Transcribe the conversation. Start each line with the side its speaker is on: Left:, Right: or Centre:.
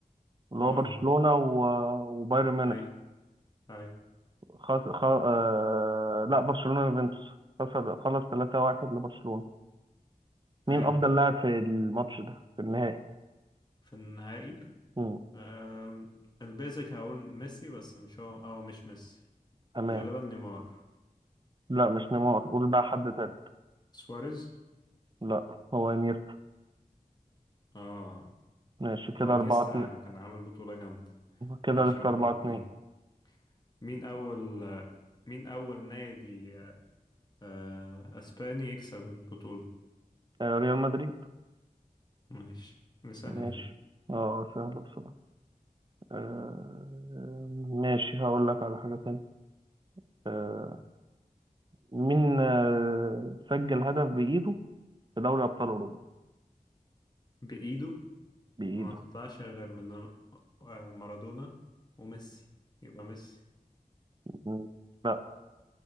Right: اللي
Left: اه
Right: هو برشلونة و- وبايرن ميونخ
Left: اي اي
Right: خس... خ... آه... لا برشلونة يوفنتوس خسر خلص 3-1 لبرشلونة مين
Left: اي
Right: أفضل لاعب في الماتش ده في النهائي؟
Left: في النهائي
Right: مم.
Left: أم... البيزك هقول ميسي بس مش هو اه مش ميسي
Right: تمام
Left: غالبا نيمار
Right: لا مش نيمار قول بقى حد تاني
Left: سواريز
Right: لا هو انيستا
Left: اه
Right: ماشي كده
Left: هو انيستا
Right: 4 2
Left: كان عامل بطولة جامدة
Right: كده
Left: ماشي
Right: لسه
Left: أربعة
Right: 4
Left: اتنين
Right: 2
Left: مين أول مين أول نادي آه، آه، أسباني يكسب البطولة
Right: آه ريال مدريد
Left: ماشي دي سهلة
Right: ماشي
Left: دي
Right: اه سهلة بصراحة آه... ماشي هقول لك على حاجة تانية آه، مين آه، سجل هدف بإيده في دوري أبطال أوروبا
Left: بإيده
Right: بإيده
Left: ما تطلعش غير من آه، مارادونا وميسي يبقى ميسي
Right: مم. لا